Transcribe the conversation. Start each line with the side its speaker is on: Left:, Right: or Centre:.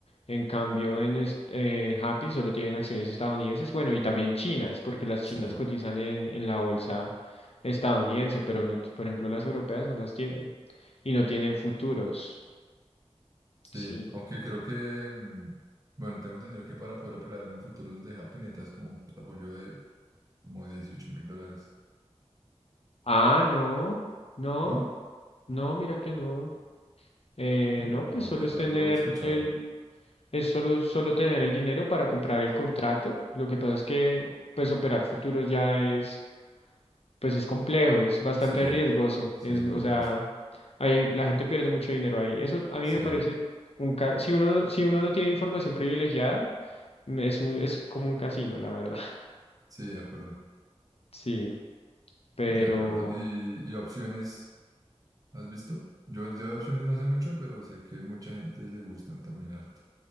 Left: en cambio en, est- en Happy solo tienen acciones estadounidenses, bueno, y también chinas, porque las chinas
Right: sí.
Left: cotizan en, en la bolsa estadounidense, pero no, t- por ejemplo, las europeas no las tienen, y no tienen futuros.
Right: Sí,
Left: Sí.
Right: aunque creo que, mm, bueno, tengo entendido que para poder operar en futuros de Happy necesitas como un portafolio de como dieciocho mil dólares.
Left: Ah, no. No,
Right: ¿No?
Left: No, mira que no. Eh,
Right: Yo
Left: no,
Right: algo,
Left: pues solo
Right: había-
Left: es tener
Right: algo había escuchado.
Left: el, es solo, solo tener el dinero para comprar el contrato. Lo que pasa es que, pues, operar futuros ya es, pues, es complejo, es bastante
Right: Sí,
Left: riesgoso.
Right: sí,
Left: Es,
Right: es
Left: o
Right: muy riesgoso.
Left: sea, hay, la gente pierde mucho dinero ahí. Eso a mí
Right: Sí,
Left: me parece un, ca- si uno, si uno no tiene información privilegiada, mm, es un- es como un casino, la verdad. <laughs>
Right: sí, de acuerdo,
Left: Sí, pero,
Right: de acuerdo. ¿Y, y opciones has visto? Yo, yo de opciones no sé mucho, pero sé que mucha gente le gustan también harto.